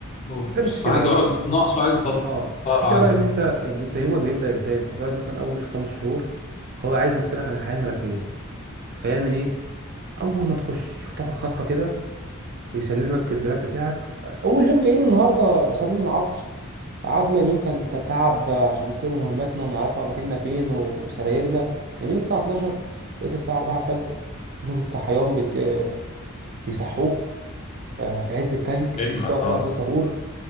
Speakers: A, on the left; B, on the right.
A: اوبس
B: الفكره مش في
A: فعنده
B: كده بقى
A: عقدة نقص وعايز يطلع
B: اه
A: عليه
B: الفكره بقى ان انت ان انت يومك بيبدا ازاي انت بتقعد مثلا اول خمس شهور هو عايز يفصلك عن الحياه الملكيه فيعمل ايه اول ما تخش يخطفك خطفه كده ويسلمك الدولاب بتاعك اول يوم جايين النهارده وصلنا العصر قعدنا اليوم كان تعب عشان نستلم مهماتنا ونعرفها مكاننا فين وسرايرنا نايمين الساعة 12 لقيت الساعة 4 الفجر نوبة صحيان بت... آه، بيصحوك آه، في عز التلج تنزل
A: بيجمع
B: تقف
A: اه
B: في أرض الطابور